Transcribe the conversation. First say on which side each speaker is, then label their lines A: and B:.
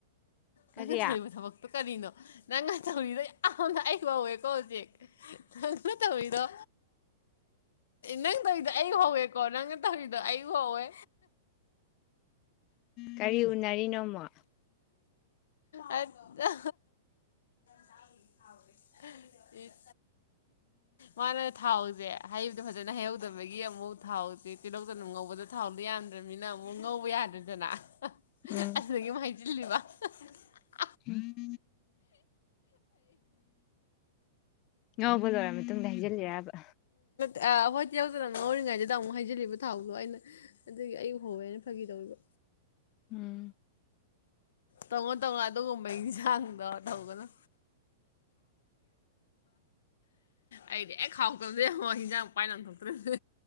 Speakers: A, on the left; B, on the left.
A: ꯀꯔꯤ
B: ꯅꯪꯅ ꯊꯧꯏꯕ ꯊꯕꯛꯇꯣ ꯀꯔꯤꯅꯣ ꯅꯪꯅ ꯇꯧꯔꯤꯗꯣ ꯌꯥꯝꯅ ꯑꯩ ꯍꯧꯋꯦꯀꯣ ꯍꯧꯖꯤꯛ ꯅꯪꯅ ꯇꯧꯔꯤꯗꯣ ꯅꯪ ꯇꯧꯔꯤꯗꯣ ꯑꯩ ꯍꯧꯋꯦꯀꯣ ꯅꯪꯅ ꯇꯧꯔꯤ ꯑꯌ ꯍꯋꯦ
A: ꯀꯔꯤ ꯎꯅꯔꯤꯅꯣꯃ
B: ꯑ ꯑ <unintelligible> ꯑꯦ ꯃꯥꯅ ꯊꯥꯎꯁꯦ ꯍꯩꯕꯗꯣ ꯐꯖꯅ ꯍꯩꯍꯧꯗꯕꯗꯒꯤ ꯑꯃꯨꯛ ꯊꯥꯎꯁꯦ ꯇꯤꯜꯍꯧꯗꯅꯨ ꯉꯧꯕꯗ ꯊꯥꯎꯗꯤꯣ ꯌꯥꯝꯗ꯭ꯔꯕꯅꯤꯅ ꯑꯃꯨꯛ ꯉꯧꯕ ꯌꯥꯗ꯭ꯔꯅꯤꯅ ꯑꯗꯨꯅ
A: ꯎꯝ
B: ꯑꯗꯨꯗꯒꯤ ꯍꯥꯏꯩꯖꯤꯜꯂꯤꯕ <unintelligible>
A: ꯎꯝ ꯉꯧꯕ ꯂꯣꯏꯔ ꯃꯇꯨꯡꯗ ꯍꯩꯖꯤꯜꯂꯤꯔꯕ
B: ꯎ ꯑ ꯍꯣꯏꯇ ꯉ ꯑꯣꯏꯔꯤꯉꯩꯗꯨꯗ ꯑꯃꯨꯛ ꯍꯥꯏꯖꯤꯜꯂꯤꯕ ꯊꯥꯎꯗꯣ ꯑꯩꯅ ꯑꯗꯨꯗꯒꯤ ꯑꯩꯛ ꯍꯧꯋꯦꯅ ꯐꯥꯈꯤ ꯌꯎꯂꯨ
A: ꯎꯝ
B: ꯇꯣꯡꯉꯣ ꯇꯣꯡꯉꯣ ꯑꯗꯨꯒꯨꯝꯕ ꯌꯦꯟꯁꯥꯡꯗꯣ ꯇꯧꯒꯅꯨ ꯑꯩꯗꯤ ꯑꯦ ꯈꯥꯎꯇꯕꯗꯦ ꯌꯦꯡꯉꯣ ꯍꯟꯖꯥꯡ ꯄꯥꯏꯅ ꯊꯣꯛꯇ꯭ꯔꯔꯤꯕ